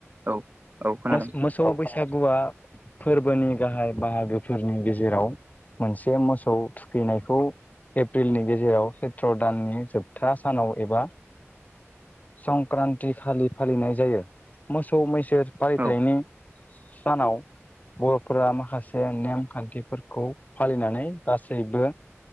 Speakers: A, on the right; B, on the left.
A: औ औ खोनादों
B: मोस मोसौ बैसागुआ फोरबोनि गाहाय बाहागोफोरनि गेजे जेराव मोनसे मोसौ थुखैनायखौ एप्रिलनि गेजेराव सैत्र दाननि जोबथा सानाव एबा संक्रान्ति खालि फालिनाय जायो मोसौ मैसो फालिथायनि
A: औ
B: सानाव बर'फोरा माखासे नेमखान्थिफोरखौ फालिनानै गासैबो